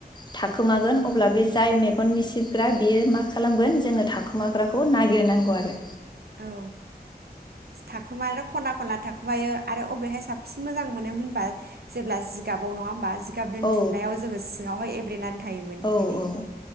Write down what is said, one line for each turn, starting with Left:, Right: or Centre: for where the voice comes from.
Left: थाखोमागोन अब्ला बे जाय मेगन मिसिबग्रा बेयो मा खालामगोन जोङो थाखोमाग्राखौ नागिरनांगौ आरो
Right: औ थाखुमायाथ' खना खनला थाखुमायो आरो अबेहाय साबसिन मोजां मोनो होनबा जेब्ला जिगाबाव नङा होमबा गाब दोनथुमनायाव
Left: औ
Right: जोङो सिङावहाय एब्रेनानै थायोमोन
Left: औ
Right: बिदि
Left: औ